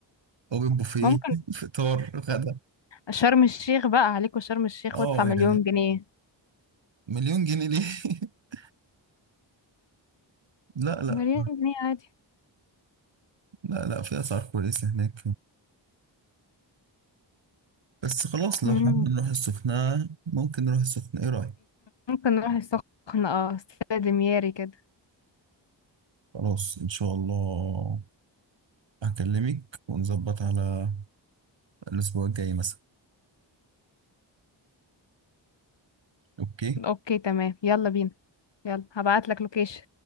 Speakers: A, on the right; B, on the left.
A: أوبن بوفيه
B: ممكن
A: <laughs> فطار غدا
B: شرم الشيخ بقى عليكوا شرم الشيخ
A: أه
B: وادفع مليون
A: يعني
B: جنيه
A: مليون جنيه ليه؟ <laughs> لا لا
B: مليون جنيه عادي
A: لا لا في أسعار كويسة هناك بس خلاص لو
B: مم.
A: حابين نروح السخنة ممكن نروح السخنة إيه رأيك؟
B: ممكن نروح السخنة اه استاد مياري كده
A: خلاص إن شاء الله هكلمك ونظبط على الأسبوع الجاي مثلا أوكي
B: اوكي تمام يلا بينا يلا هبعتلك لوكيشن